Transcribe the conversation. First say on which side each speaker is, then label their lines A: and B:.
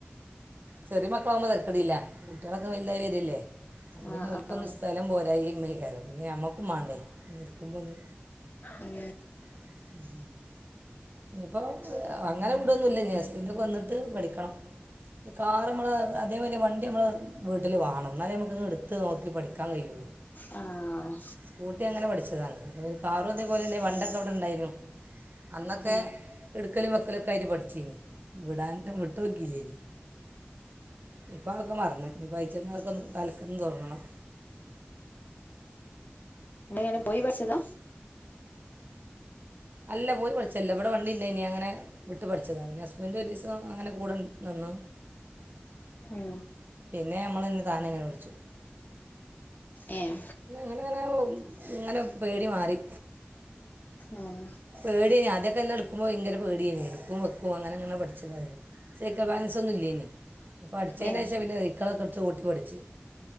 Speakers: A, on the right; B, on the left.
A: ചെറിയമക്കളാകുമ്പോ തിരക്കടിയില്ല കുട്ടികളൊക്കെ വലിതായി വരില്ലേ പിന്നെ
B: ആഹ്
A: ഒ ഓൽക്കൊന്ന്
B: ആഹ്
A: സ്ഥലം പോരയിമകാരം നമ്മുക്കും വേണ്ടേ ഇക്കുമ്പോ ഒന്ന്
B: ഉം
A: ഉം ഇനിയിപ്പോൾ അങ്ങനെ വിടുന്നു മില്ല ഹസ്പിൻൊക്കെ വന്നിട്ട് പഠിക്കണം കാർ നമ്മൾ അതേ മതിരി വണ്ടി നമ്മൾ വീട്ടില് വേണം എന്നാലേ നമ്മുക്ക് എടുത്ത് നോക്കി പഠിക്കാൻ കഴിയുള്ളു
B: ആഹ്
A: സ്കൂട്ടി അങ്ങനെ പഠിച്ചതാണ് അപ്പ് കാറും അതോ പോലെ തന്നെ പണ്ടൊക്കെ
B: ഉം
A: ഇവിടെ ഉണ്ടായിരുന്നു അന്നൊക്കെ
B: ഉം
A: എടുക്കലും വെക്കലൊക്കെ ആയിട്ട് പഠിച്ചന് വിടാൻ വിട്ട് നോക്കിയില്ലേനി. ഇപ്പൾ അതക്കെ മറന്ന് ഇനിപ്പോൾ അയച്ചന്നവൊക്കെ തലക്കന്ന് തൊടങ്ങണം
B: എങ്ങനെ പോയി പഠിച്ചതാ
A: അല്ല പോയി പഠിച്ചല്ല ഇവിടെ വണ്ടി ഇ ണ്ടാ യിനി അങ്ങനെ വിട്ട് പഠിച്ചതാണ് പിന്നെ ഹസ്ബൻ് ഒരു ദിവസം അങ്ങനെ കൂടെനിന്നു
B: ഉം
A: പിന്നെ നമ്മള്ന്നെ താനെ അങ്ങനെ പഠിച്ചു.
B: ഏ
A: പിന്നെ അങ്ങനെ അങ്ങനെ ഇങ്ങനെ പേടി മാറി..
B: ഉം..
A: പേടിയ്ന് അദ്യക്കെഎല്ലാം എടുക്ക്പോ ഭങ്കര പേടിയ്ന്ന് എടുക്കും വെക്കും അങ്ങനെ അങ്ങനെ പഠിച്ചതായി രുന്നു.. സൈക്കിൾ ബാലൻസ് ഒന്നും ഇല്ല്യയ്ന്ന് ഇപ്പോ പഠിച്ചതിന്റെ
B: ഏഹ്
A: ശേഷം പിന്നെ സൈക്കളൊക്കെട്ത്ത് ഓട്ടി പഠിച്ച്..